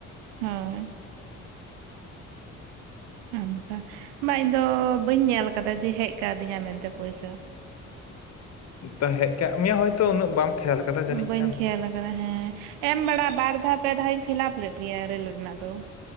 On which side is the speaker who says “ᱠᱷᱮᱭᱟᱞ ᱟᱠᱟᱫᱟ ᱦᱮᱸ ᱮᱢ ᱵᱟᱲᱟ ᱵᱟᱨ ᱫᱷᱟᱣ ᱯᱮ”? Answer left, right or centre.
Right